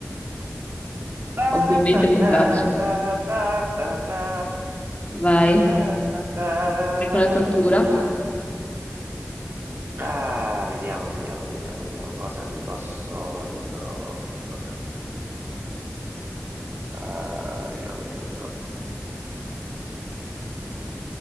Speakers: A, on the right (about 45°); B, on the left (about 25°).
A: Taratatatatata.
B: Ovviamente mi stracci. Vai,
A: Taratatatararara.
B: vai con la tortura.
A: Ah, vediamo, vediamo, vediamo, vediamo cosa mi posso indo... Cosa... Ah, vediamo, vediamo, vediamo.